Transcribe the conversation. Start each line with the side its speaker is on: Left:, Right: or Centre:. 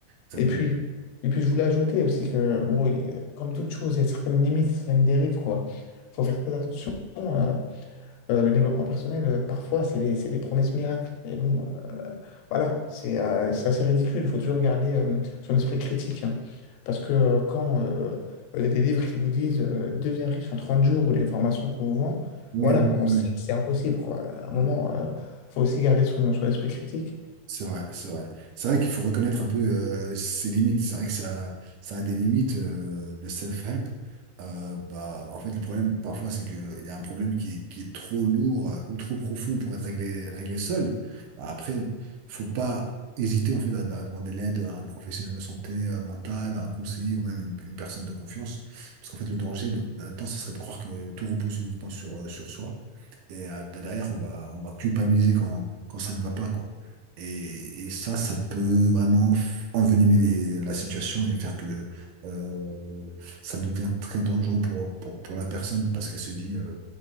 Right: exactement.
Left: Et puis, et puis, je voulais ajouter aussi que, bon, il y a- comme toute chose, il y a certaines limites, certaines dérives, quoi. Il faut faire très attention. euh, euh, le développement personnel, euh, parfois, c'est des, c'est des promesses miracles. Et bon, euh, voilà, c'est euh, c'est assez ridicule. Il faut toujours garder euh, son esprit critique. hein. Parce que euh, quand euh, il y a des livres qui vous disent euh, deviens riche en 30 jours ou des formations qu'on vous vend,
Right: Oui,
Left: voilà,
Right: oui,
Left: on
Right: oui.
Left: sait
Right: oui.
Left: que c'est impossible, quoi. À un moment, il faut aussi garder son, son esprit critique
Right: C'est vrai, c'est vrai. C'est vrai qu'il faut reconnaître un peu euh, ses limites. C'est vrai que ça, ça a des limites, euh, le self-help. Euh, bah, en fait, le problème, parfois, c'est qu'il y a un problème qui est, qui est trop lourd euh, ou trop profond pour être réglé, réglé seul. Bah, après, il faut pas hésiter en fait, à, à demander l'aide à un professionnel de santé euh, mentale, à un conseiller ou même une, une personne de confiance. Parce qu'en fait, le danger de- là-dedans, ce serait de croire que tout repose uniquement sur, euh, sur soi. Et euh, bah, derrière, on va, on va culpabiliser quand, quand ça ne va pas, quoi. Et, et ça, ça peut vraiment f- envenimer les- la situation et faire que euh, ça devient très dangereux pour, pour, pour la personne parce qu'elle se dit euh,